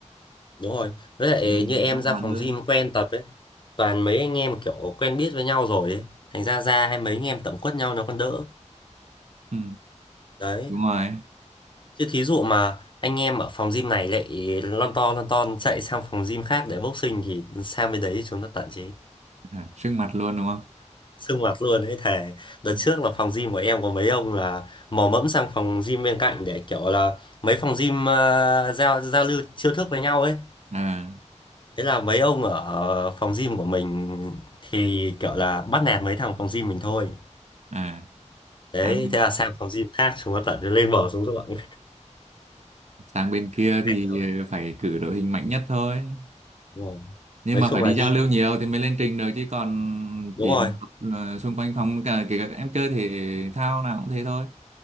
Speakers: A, on the left; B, on the right.
A: đúng rồi với lại
B: thì
A: như em
B: an
A: ra
B: toàn
A: phòng
B: hơn
A: gym quen tập ấy toàn mấy anh em kiểu quen biết với nhau rồi ấy thành ra ra hay mấy anh em tẩm quất nhau nó còn đỡ
B: ừ,
A: đấy
B: đúng rồi
A: Chứ thí dụ mà anh em ở phòng gym này lại lon to lon ton chạy sang phòng gym khác để boxing thì sang bên đấy chúng nó tận chế
B: à, sưng mặt luôn đúng không
A: sương mặt luôn ấy thề đợt
B: Ừ.
A: trước là phòng gym của em có mấy ông là mò mẫm sang phòng gym bên cạnh để kiểu là mấy phòng gym ờ, giao giao lưu chiêu thức với nhau ấy
B: à
A: thế là mấy ông ở phòng gym của mình thì kiểu là bắt nạt mấy thằng phòng gym mình thôi
B: à
A: đấy
B: sang
A: thế là sang phòng gym khác chúng nó tận lên bờ xuống ruộng
B: sang bên
A: <laughs>
B: kia thì
A: Hay lắm ấy.
B: à, phải cử đội hình mạnh nhất thôi
A: Đúng rồi.
B: nhưng
A: nói
B: mà
A: chung
B: phải đi
A: là đi
B: giao lưu nhiều thì mới lên trình được chứ còn
A: đúng
B: chỉ
A: rồi
B: ờ, xung quanh phòng cả kể cả các em chơi thể thao nào cũng thế thôi